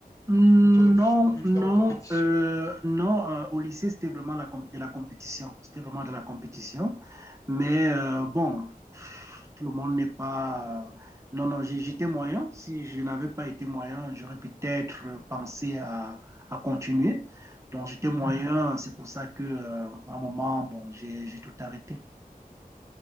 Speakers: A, on the right (about 20°); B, on the left (about 20°).
A: Non,
B: ou t'aurais plus voulu le
A: non,
B: faire en compétition?
A: euh, non. euh, au lycée, c'était vraiment la comp- de la compétition. C'était vraiment de la compétition. Mais euh, bon, tout le monde n'est pas. euh, Non, non, j'ai- j'étais moyen. Si je n'avais pas été moyen, j'aurais peut-être euh, pensé à, à continuer. Donc, j'étais moyen. C'est pour ça que, euh, à un moment, bon, j'ai, j'ai tout arrêté.